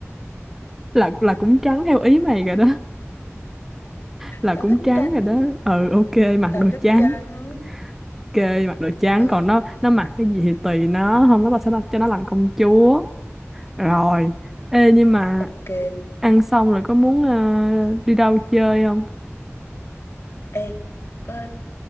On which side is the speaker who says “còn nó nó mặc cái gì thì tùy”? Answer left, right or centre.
Centre